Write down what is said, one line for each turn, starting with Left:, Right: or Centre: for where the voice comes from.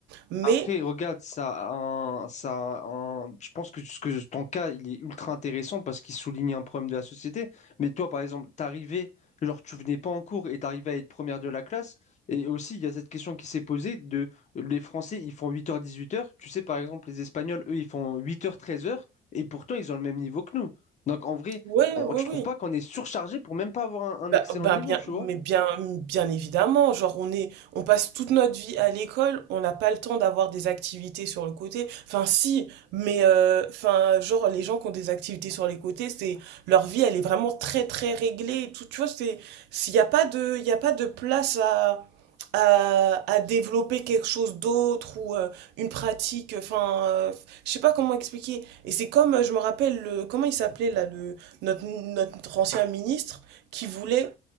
Right: Mais,
Left: Après, regarde, ça, a un- ça, a un- je pense que, ce que ton cas, il est ultra intéressant parce qu'il souligne un problème de la société. Mais toi, par exemple, t'arrivais, genre, tu venais pas en cours et t'arrivais à être première de la classe. Et aussi, il y a cette question qui s'est posée de les Français, ils font huit heures dix-huit heures. Tu sais, par exemple, les Espagnols, eux, ils font huit heures treize heures Et pourtant, ils ont le même niveau que nous. Donc, en vrai,
Right: ouais,
Left: on,
Right: ouais,
Left: tu
Right: oui.
Left: trouves pas qu'on est surchargé pour même pas avoir un, un
Right: Bah,
Left: excellent
Right: bah,
Left: niveau,
Right: bien,
Left: tu vois?
Right: mais bien, bien évidemment, genre on est, on passe toute notre vie à l'école, on n'a pas le temps d'avoir des activités sur le côté. Enfin si, mais euh, enfin genre les gens qui ont des activités sur les côtés, c'est leur vie, elle est vraiment très très réglée. et Tout, tu vois, c'est, s'il n'y a pas de, il y a pas de place à, à, à développer quelque chose d'autre ou euh, une pratique. Enfin, euh, je sais pas comment expliquer. Et c'est comme, euh, je me rappelle le, comment il s'appelait là, le, notre notre ancien ministre qui voulait